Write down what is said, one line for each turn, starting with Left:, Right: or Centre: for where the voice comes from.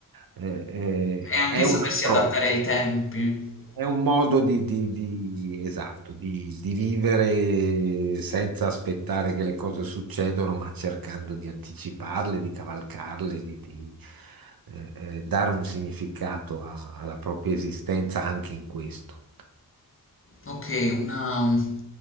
Right: eh, eh,
Left: e anche
Right: è
Left: sapersi
Right: un approccio.
Left: adattare ai tempi.
Right: È un modo di, di- di- esatto, di, di vivere senza aspettare che le cose succedano, ma cercando di anticiparle, di cavalcarle, di, di, eh, eh, dare un significato a- alla propria esistenza anche in questo.
Left: Ok, una, um,